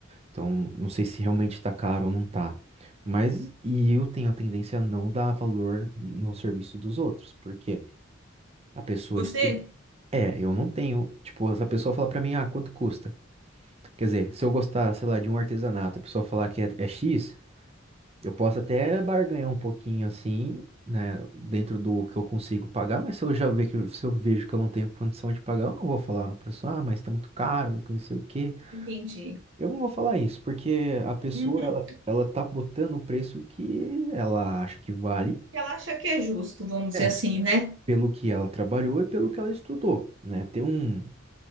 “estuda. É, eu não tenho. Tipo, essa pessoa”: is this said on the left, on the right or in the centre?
Right